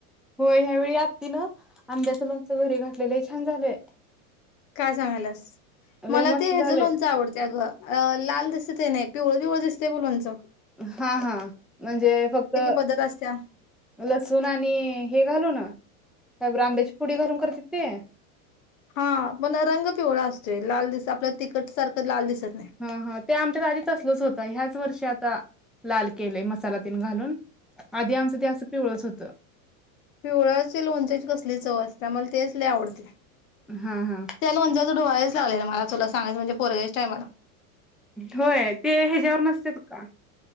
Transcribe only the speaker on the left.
काय सांगायलास
मला
ते
हचं लोणचं आवडतय अग अ लाल दिसतय ते नाही. पिवळ पिवळ दिसतय मुलांचं.
पद्धत असत्या
हा पण रंग पिवळा असतोय लाल दिस आपल्या तिकट सारखं लाल दिसत नाही
पिवळ्याची लोणच्याची कसली चव असत्या मला तेच ल आवडतय.
त्या लोंच्याचं डोहाळेच लागलेल मला तुला सांगायचं म्हणजे पोरग्याच टायमला.